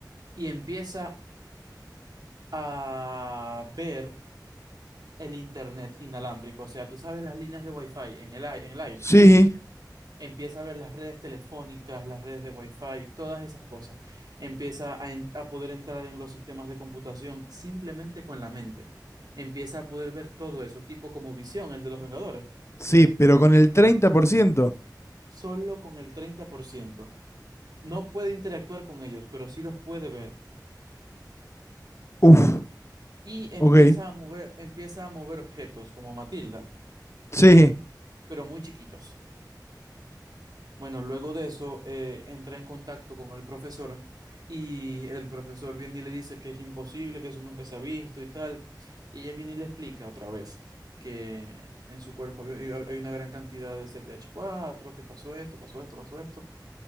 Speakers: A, on the right; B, on the left.
A: y empieza a ver el internet inalámbrico, o sea, tú sabes las líneas de wifi en el, ai- en el aire.
B: sí,
A: empieza a ver las redes telefónicas, las redes de Wi-Fi, todas esas cosas. Empieza a, en- a poder entrar en los sistemas de computación simplemente con la mente. Empieza a poder ver todo eso, tipo como Visión, el de los Vengadores,
B: sí, pero con el treinta por ciento
A: solo con el 30%. No puede interactuar con ellos, pero sí los puede ver.
B: uff,
A: Y empieza
B: ok,
A: a mover, empieza a mover objetos como Matilda,
B: sí,
A: pero muy chiquitos. Bueno, luego de eso eh, entra en contacto con el profesor y el profesor viene y le dice que es imposible, que eso nunca se ha visto y tal. Y ella viene y le explica otra vez que en su cuerpo había- hay hay una gran cantidad de cph cuatro que pasó esto, pasó esto, pasó esto.